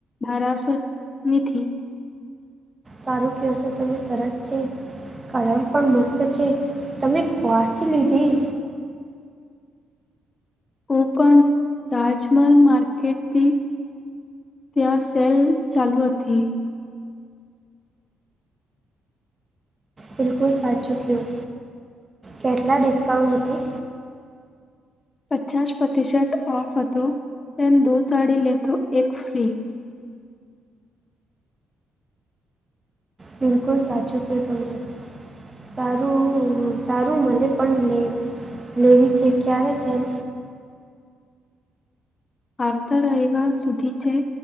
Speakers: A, on the left; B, on the right.
A: બારાસો નીથી.
B: સારું કહશો તમે સરસ છે. કલમ પણ મસ્ત છે તમે ક્યાંથી લીધી.
A: ઓ પણ રાજમલ માર્કેટથી ત્યાં સેલ ચાલુ હતી
B: બિલકુલ સાચૂક્યો કેટલા ડિસ્કાઉન્ટ હતો
A: પચાસ પ્રતિશટ ઓફ હતો એન દો સાડી લેતો એક ફ્રી.
B: બિલકુલ સાચું કો તમેને. સારું સારું મળે પણે લેવી છે ક્યારે સેલ્
A: આવતા રહેવા સુધી છે